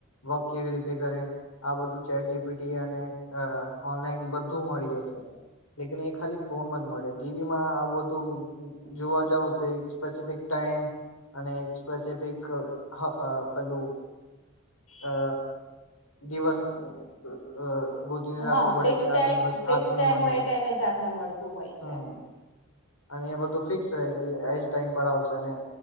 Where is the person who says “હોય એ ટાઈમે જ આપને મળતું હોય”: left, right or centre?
Left